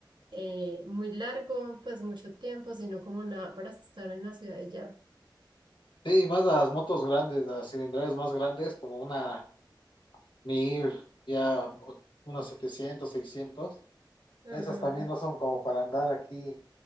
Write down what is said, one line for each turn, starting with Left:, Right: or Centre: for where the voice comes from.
Right: eh, muy largo, pues mucho tiempo, sino como nada para estar en la ciudad y ya.
Left: Sí, más las motos grandes, las cilindradas más grandes, como una 1000 ya o- unos 700 seiscientos
Right: Ajá.
Left: Esas también no son como para andar aquí